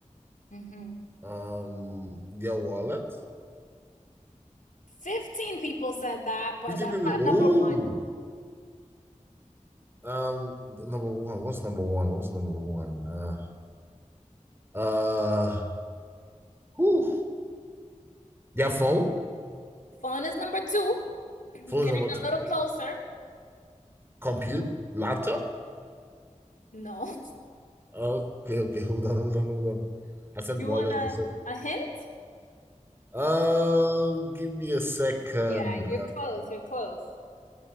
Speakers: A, on the left; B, on the right.
A: hmm
B: Um, your wallet.
A: 15 people said that, but
B: You think
A: that's
B: people?
A: not
B: Ooh.
A: number one.
B: Um, number one. What's number one? What's number one? Uh, uh. Whew. Their phone.
A: Phone is number two. <clears throat> You're
B: Phone's
A: getting
B: number two.
A: a little closer.
B: Compute. Laptop.
A: No. <laughs>
B: Okay, okay, hold on, hold on, hold on. I said
A: You
B: wallet.
A: want a,
B: I said,
A: a hint?
B: oh, give me a second.
A: Yeah, you're close. You're close.